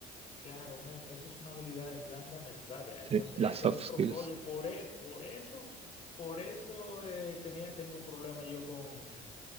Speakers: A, on the left; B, on the right.
A: claro, men, eso es una habilidad blanda necesaria. Entonces,
B: sí, las
A: ese
B: soft
A: es mi pro-
B: skills.
A: oye, por, e- por eso, por eso eh, tenía, tengo problema yo con